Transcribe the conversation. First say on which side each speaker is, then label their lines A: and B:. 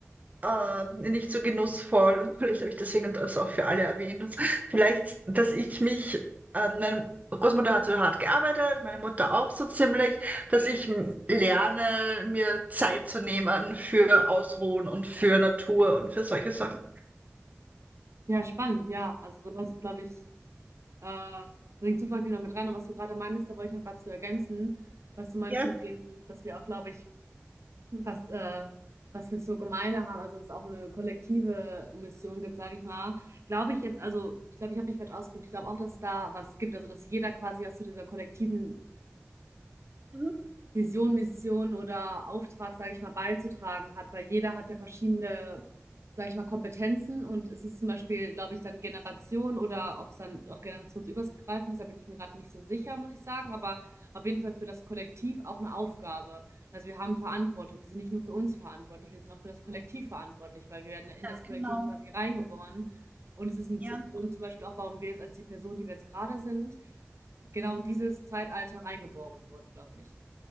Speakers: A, on the right (about 30°); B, on the right (about 75°).
A: äh, nicht so genussvoll und vielleicht habe ich deswegen das auch für alle erwähnt. Und vielleicht, dass ich mich, ähm, meine Großmutter hat so hart gearbeitet, meine Mutter auch so ziemlich, dass ich m- lerne, mir Zeit zu nehmen für Ausruhen und für Natur und für solche Sachen.
B: Ja, spannend, ja. Also sowas, glaube ich, äh, bringt super viel noch mit rein. Und was du gerade meinst, da wollte ich noch gerade zu ergänzen, was du meinst
A: Ja.
B: mit dem, dass wir auch, glaube ich, was, äh, was wir so gemeiner haben, also dass es auch eine kollektive Mission gibt, sage ich mal, glaube ich jetzt, also ich glaube, ich habe mich falsch ausgedrückt, ich glaube auch, dass es da was gibt, also dass jeder quasi was zu dieser kollektiven
A: Mhm.
B: Vision, Mission oder Auftrag, sage ich mal, beizutragen hat, weil jeder hat ja verschiedene, sage ich mal, Kompetenzen und es ist zum Beispiel, glaube ich, dann Generation oder ob es dann auch generationsübergreifend ist, da bin ich mir gerade nicht so sicher, muss ich sagen, aber auf jeden Fall für das Kollektiv auch eine Aufgabe. Also wir haben Verantwortung, wir sind nicht nur für uns verantwortlich, wir sind auch für das Kollektiv verantwortlich, weil wir werden in
A: Ja,
B: das Kollektiv
A: genau.
B: quasi reingeboren und es ist ein
A: Ja,
B: zu- Grund zum Beispiel auch, warum wir jetzt als die Person, die wir jetzt gerade sind, genau in dieses Zeitalter reingeboren wurden, glaube ich.